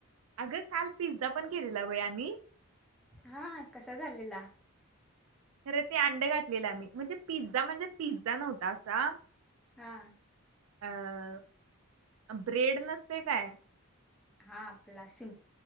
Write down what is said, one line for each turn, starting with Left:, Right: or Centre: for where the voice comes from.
Right: अगं काल पिझ्झा पण केलेला वय आम्ही
Centre: हा कसा झालेला.
Right: अरे ते अंड घातलेला मी म्हणजे पिझ्झा म्हणजे पिझ्झा नव्हता असा,
Centre: हा
Right: अ ब्रेड नसते काय
Centre: हा आपला सिम